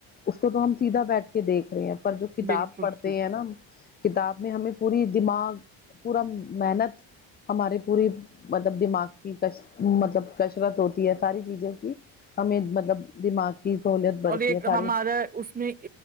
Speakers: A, on the left (about 25°); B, on the right (about 20°).
A: اس کو تو ہم سیدھا بیٹھ کے دیکھ رہ ہیں پر جو کتاب
B: بالکل
A: پڑھتے
B: ٹھیک
A: ہیں نا کتاب میں ہمیں پوری دماغ پورا محنت ہمارے پوری مطلب دماغ کی ک مطلب کشرت ہوتی ہے ساری چیزوں کی ہمیں مطلب دماغ کی سہولت بڑھتی
B: اور ایک
A: ہے ساری
B: ہمارا اس میں